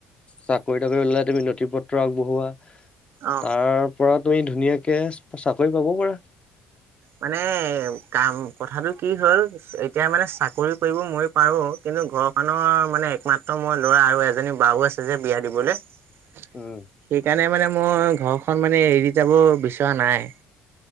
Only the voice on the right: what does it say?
অ।
মানে কাম কথাটো কি হ'ল এতিয়া মানে চাকৰি কৰিব মই পাৰো কিন্তু ঘৰখনৰ মানে একমাত্ৰ মোৰ ল'ৰা আৰু এজনী বাও আছে যে বিয়া দিবলৈ। সেইকাৰণে
মানে মই ঘৰখন মানে এৰি যাব বিচৰা নাই।